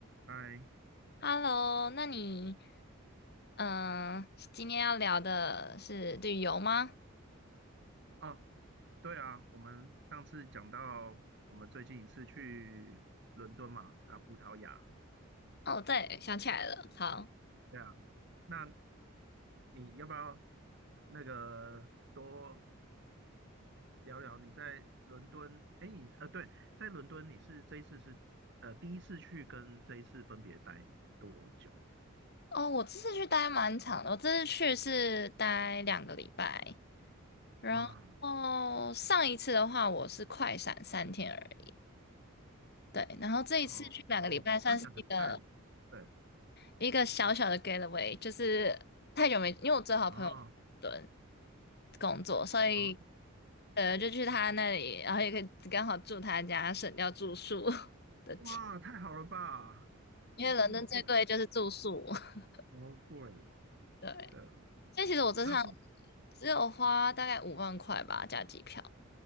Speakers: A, on the right; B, on the left.
A: 嗨，
B: Hello，那你嗯，呃今天要聊的是旅游吗？
A: 哦，对啊，我们上次讲到我们最近一次去伦敦嘛，啊，葡萄牙，
B: 哦，对，想起来了，好。
A: 对啊，那你要不要那个多聊聊你在伦敦？哎，你呃，对，在伦敦你是这一次是呃第一次去跟这一次分别待多久？
B: 哦，我这次去待蛮长的，我这次去是待两个礼拜，然后上一次的话我是快闪三天而已，
A: 哇，
B: 对，然后这一次去两个礼拜算是一个。
A: 哦哦，那两个礼拜，对，
B: 一个小小的 getaway，就是太久没，因为我最好朋友
A: 哦
B: 在伦敦工作，所以
A: 哦，
B: 呃就去他那里，然后也可以刚好住他家，省掉住宿 <laughs> 的钱，
A: 哇，太好了吧，
B: 因为伦敦最贵就是住宿。
A: 住宿那么贵，
B: <laughs>
A: 超贵。
B: 对，
A: 的，
B: 所以其实我这趟
A: 他是
B: 只有花大概五万块吧，加机票，